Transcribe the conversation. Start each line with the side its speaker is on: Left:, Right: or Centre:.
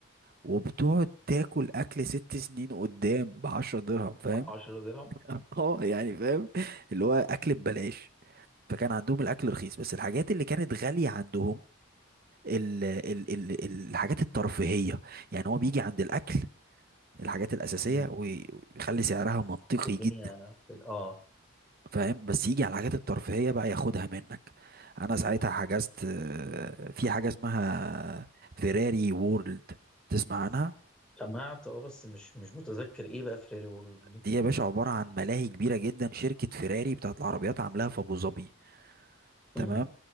Right: وبتقعد تاكل اكل ست سنين قدام بعشرة درهم فاهم
Centre: 10 درهم
Right: <laughs> اه يعني فاهم اللي هو اكل ببلاش فكان عندهم الاكل رخيص بس الحاجات اللي كانت غاليه عندهم ال ال ال الحاجات الترفيهيه يعني هو بيجي عند الاكل الحاجات الاساسيه
Centre: امم
Right: ويخلي سعرها منطقي
Centre: والدنيا
Right: جدا
Centre: في ال- اه
Right: فاهم بس يجي على الحاجات الترفيهية بقى ياخدها منك انا ساعتها حجزت آه، في حاجة اسمها فيراري وورلد تسمع عنها
Centre: سمعت اه بس مش مش متذكر ايه بقى فريري وورلد دي
Right: دي يا باشا عبارة عن ملاهي كبيرة جدا شركة فيراري بتاعت العربيات عاملاها في ابو ظبي تمام
Centre: امم